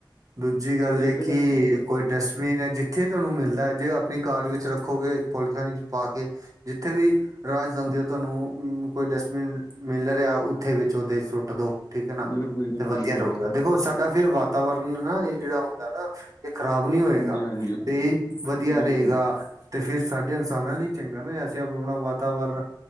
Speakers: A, on the right; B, on the left.
A: ਦੂਜੀ ਗੱਲ
B: ਥੋੜ੍ਹੀ ਅੱਗੇ ਜਾ
A: ਕਿ,
B: ਕੇ ਦੇ
A: ਕੋਈ ਡਸਟਬੀਨ ਹੈ ਜਿੱ ਇੱਥੇ ਤੁਹਾਨੂੰ ਮਿਲਦਾ ਹੈ, ਜੇ ਆਪਣੀ ਕਾਰ ਵਿੱਚ ਰੱਖੋਗੇ, ਪੋਲੀਥੋਨੀ ਪਾ ਕੇ ਜਿੱਥੇ ਵੀ ਰਾਹ ਜਾਦੇ, ਤੁਹਾਨੂੰ ਕੋਈ ਡਸਟਬਿਨ ਮਿਲ ਰਿਹਾ, ਉੱਥੇ ਵਿੱਚ ਉਹ ਦੇ ਸੁੱਟ ਦੋ। ਠੀਕ ਹੈ ਨਾ।
B: ਬਿਲਕੁਲ ਜੀ
A: ਤੇ ਵਧੀਆ
B: ਬਿਲਕੁਲ
A: ਰਹੇਗਾ। ਦੇਖੋ, ਸਾਡਾ ਫਿਰ ਵਾਤਾਵਰਨ ਨਾ ਇਹ ਜਿਹੜਾ ਹੁੰਦਾ ਨਾ ਇਹ ਖ਼ਰਾਬ ਨੀ ਹੋਏਗਾ,
B: ਹਾਂਜੀ ਹਾਂਜੀ
A: ਤੇ ਇਹ ਵਧੀਆ
B: ਬਿਲਕੁਲ
A: ਰਹੇਗਾ। ਤੇ, ਫੇਰ ਸਾਡੇ ਇਨਸਾਨਾਂ ਲਈ ਚੰਗਾ ਨਾ, ਅਸੀੇ ਆਪਣਾ ਵਾਤਾਵਰਨ